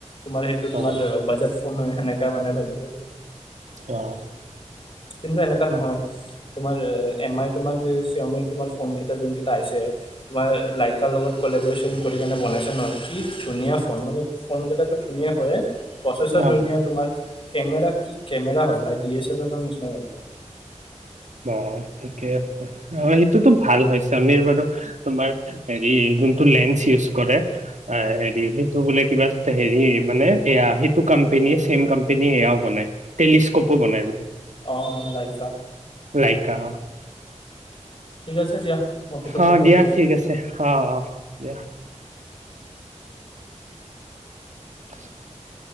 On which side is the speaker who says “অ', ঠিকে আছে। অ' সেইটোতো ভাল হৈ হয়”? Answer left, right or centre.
Right